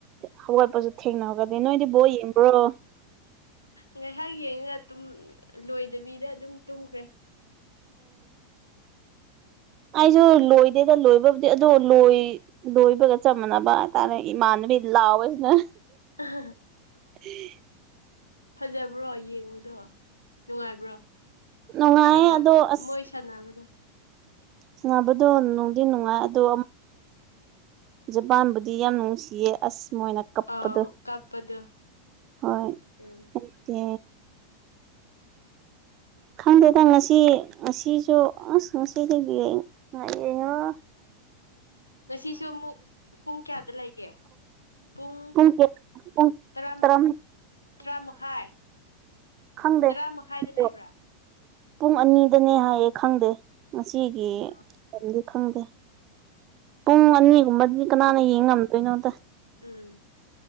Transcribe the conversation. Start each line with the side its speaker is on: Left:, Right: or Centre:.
Right: ꯍꯧꯒꯠꯄꯖꯨ ꯊꯦꯡꯅ ꯍꯧꯒꯠꯂꯤ ꯅꯣꯏꯗꯤ ꯕꯣꯜ ꯌꯦꯡꯕ꯭ꯔꯣ
Left: ꯉꯥꯏꯍꯥꯛ ꯌꯦꯡꯉꯒ ꯑꯗꯨꯝ ꯂꯣꯏꯗꯕꯤꯗ ꯑꯗꯨꯝ ꯇꯨꯝꯈ꯭ꯔꯦ <inaudible>
Right: ꯑꯩꯖꯨ ꯂꯣꯏꯗꯦꯗ ꯂꯣꯏꯕꯕꯨꯗꯤ ꯑꯗꯨ ꯂꯣꯏ ꯂꯣꯏꯕꯒ ꯆꯞ ꯃꯥꯟꯅꯕ ꯍꯥꯏꯇꯥꯔꯦ ꯏꯃꯥꯟꯅꯕꯤ ꯂꯥꯎꯑꯣꯁꯤꯅ
Left: <unintelligible>
Right: <unintelligible>
Left: ꯐꯖꯕ꯭ꯔꯣ ꯌꯦꯡꯕꯗꯣ ꯅꯨꯡꯉꯥꯏꯕ꯭ꯔꯣ
Right: ꯅꯨꯡꯉꯥꯏꯌꯦ
Left: ꯁꯅꯞ
Right: ꯑꯗꯣ ꯑꯁ
Left: ꯃꯣꯏ ꯁꯅꯥꯕꯗꯣ
Right: ꯁꯥꯟꯅꯕꯗꯣ ꯅꯨꯡꯗꯤ ꯅꯨꯡꯉꯥꯏ ꯑꯗꯣꯝ ꯖꯄꯥꯟꯕꯨꯗꯤ ꯌꯥꯝ ꯅꯨꯡꯁꯤꯌꯦ ꯑꯁ ꯃꯣꯏꯅ ꯀꯞꯄꯗ
Left: ꯑꯥꯎ ꯀꯞꯄꯗꯣ
Right: ꯍꯣꯏ
Left: ꯎꯝ
Right: ꯑꯠꯇꯦ ꯈꯪꯗꯦꯗ ꯉꯁꯤ ꯉꯁꯤꯁꯨ ꯑꯁ ꯉꯁꯤꯗꯤ ꯌꯦꯡꯉꯛ <unintelligible>
Left: ꯉꯁꯤꯁꯨ ꯑꯃꯨꯛ ꯄꯨꯡ ꯀꯌꯥꯗ ꯂꯩꯒꯦ ꯄꯨꯡ
Right: ꯀꯌꯥ ꯄꯨꯡ
Left: ꯇꯔꯥꯃ
Right: ꯇꯔꯥ
Left: ꯇ꯭ꯔꯥ ꯃꯈꯥꯏ
Right: ꯈꯪꯗꯦ
Left: ꯇꯔꯥ ꯃꯈꯥꯏꯗ
Right: <unintelligible>
Left: ꯂꯩꯕ꯭ꯔꯥ
Right: ꯄꯨꯡ ꯑꯅꯤꯗꯅꯦ ꯍꯥꯏꯌꯦ ꯈꯪꯗꯦ ꯃꯁꯤꯒꯤ
Left: ꯑꯥ
Right: <unintelligible> ꯈꯪꯗꯦ ꯄꯨꯡ ꯑꯅꯤꯒꯨꯝꯕꯗꯨꯗꯤ ꯀꯅꯥꯅ ꯌꯦꯡ ꯉꯝꯗꯣꯏꯅꯣꯗ
Left: ꯎꯝ